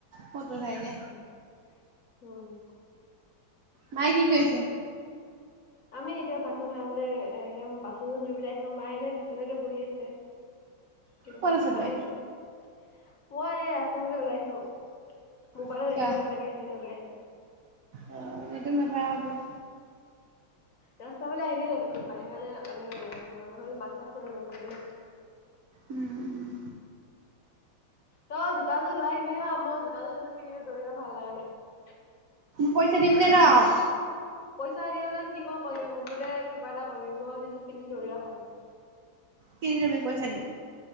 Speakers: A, on the right (about 70°); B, on the left (about 50°).
A: কটোঠাইকে
B: হয়।
A: মায়ে কি কৈছে?
B: আমি এতিয়া ভাত চ, খাই বলৈ এদয়া বাচন চন ধুৰিবলৈ আহিছো মায়ে এনে বিচনাতে বহি আছে। কিবা
A: ক'ত আছ
B: তামোল,
A: তই
B: চামোল মই এই ৰাস্তা ফালে ওলাইছো মোবাইলত
A: চোৱা
B: নেটৰ নাপাইছ সেইকাৰণে ওলাই আছো।
A: অ, এদ ন ভয় হিব
B: ৰাস্তালে আহিলে তোপাই সেইকাৰণে এনে ওলাইছোঁ আৰু নহ'লে মাতছ খুৰা নাপাবিন।
A: উম, উম।
B: তই জোৰ লৈ আহিবি হ মই জোতাযোৰ পিন্ধিবি দৌৰিব ভাল লগা নাই।
A: পইচা দিম দে তক
B: পইচা দিয় ন, কি, ক, কি মুঠতে কিবা এটা কৰিবি মই সেইোৰ পিন্ধি দৰিয়া হাল আৰু।
A: কনে যাবি পইচা দিম।